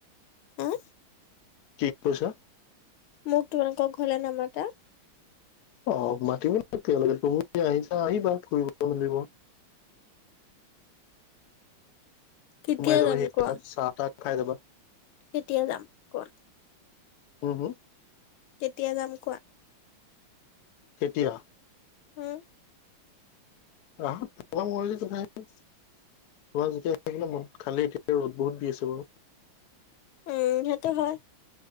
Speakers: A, on the left; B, on the left.
A: হুম।
B: কি কৈছা?
A: মোৰ তোমালোকৰ ঘৰলে নামাটা?
B: অ' মাতিব তেওঁলোকেও আহিছে। <unintelligible> তুম আহিছা আহিবা ফুৰিব মেলিব
A: কেতিয়া
B: সোমাই যাবাহি
A: যাম কোৱা
B: এপাক চাহ তাহ খাই যাবা।
A: কেতিয়া যাম কোৱা?
B: হুম হুম?
A: কেতিয়া যাম কোৱা?
B: কেতিয়া?
A: উম।
B: ৰা মৰিল কথ <unintelligible> তোমাৰ যেতিয়া আহিবলে মন খালেই এতিয়া ৰ'দ বহুত দি আছে বাৰু।
A: উম সেইটো হয়।